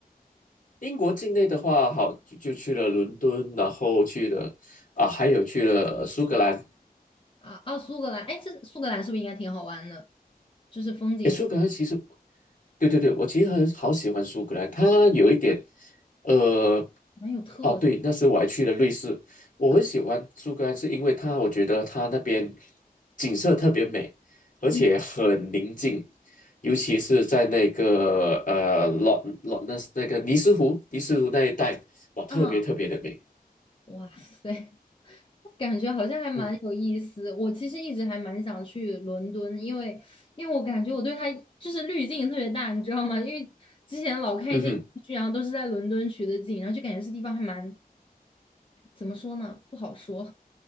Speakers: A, on the left (about 55°); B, on the left (about 35°).
A: 英国境内的话，好就就去了伦敦，然后去了啊，还有去了苏格兰，
B: 啊，啊，苏格兰，哎，这苏格兰是不是应该挺好玩的？就是风景很
A: 诶，苏格兰其实，对对对，我其实很好喜欢苏格兰，它有一点，呃，
B: 蛮有特色
A: 哦对，那时我还去了瑞士，我很喜欢苏格兰，
B: 啊。
A: 是因为它，我觉得它那边景色特别美，而且很宁静，
B: 嗯
A: 尤其是在那个呃老老那那个尼斯湖，尼斯湖那一带，哇，特别特别的美。
B: 嗯，哇塞，感觉好像还蛮有意思。
A: 嗯，
B: 我其实一直还蛮想去伦敦，因为因为我感觉我对它就是滤镜特别大，你知道吗？因为之前老看一些英剧，
A: 嗯哼，
B: 然后都是在伦敦取的景，然后就感觉这地方还蛮怎么说呢，不好说。